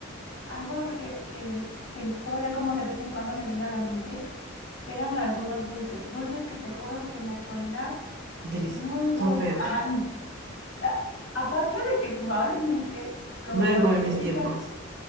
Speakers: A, on the left; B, on the right.
A: algo de que, que, que todavía como de vez en cuando me viene a la mente, eran algunos dulces, dulces que te juro que en la actualidad
B: delici-
A: no he vuelto.
B: Son feos.
A: Ajá, n- a- aparte de que probablemente, como
B: No eran
A: por
B: como
A: estética,
B: en mis tiempos.